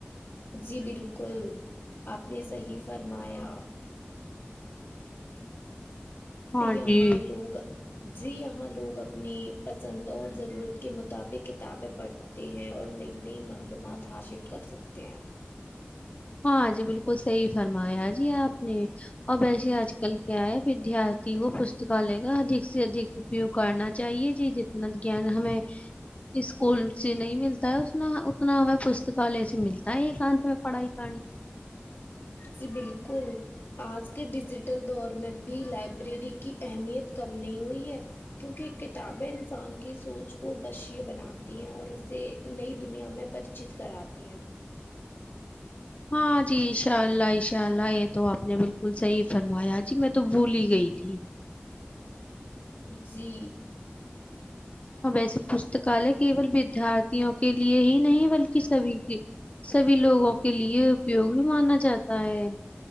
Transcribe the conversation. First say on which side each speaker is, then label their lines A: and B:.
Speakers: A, on the left; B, on the left.
A: جی بالکل آپ نے صحیح فرمایا
B: ہاں
A: یہاں
B: جی
A: لوگ جی یہاں لوگ اپنی پسند اور ضرورت کے مطابق کتابیں پڑھتے ہیں اور نئی نئی معلومات حاصل کر سکتے ہیں
B: ہاں جی بالکل صحیح فرمایا جی آپ نے اور ویسے آج کل کیا ہے ودارتھی کو پستکالے کا ادھ سے ادھک پی کرنا چاہیے جی ج گان ہمیں اسکول سے نہیں ملتا ہے انا اتنا ہمیں پستکالیہ سے ملتا ہے ایکانت میں پڑھائی ت
A: جی بالکل آج کے ڈیجیٹل دور میں بھی لائبریری کی اہمیت کم نہیں ہوئی ہے کیونکہ کتابیں انسان کی سوچ کو وشی بناتی ہیں اور اسے نئی دنیا میں پریچت کراتی ہیں
B: ہاں جی انشاء اللہ انشاء اللہ یہ تو آپ نے بالکل صحیح فرمایا جی میں تو بھوول ہی گئی تھی
A: جی
B: اور ویسے پستکالیہ کیول ودارتھیوں کے لیے ہی نہیں بلکہ سبھی کے سبھی بھی لوگوں کے لیے اپیوگ بھی مانا جاتا ہے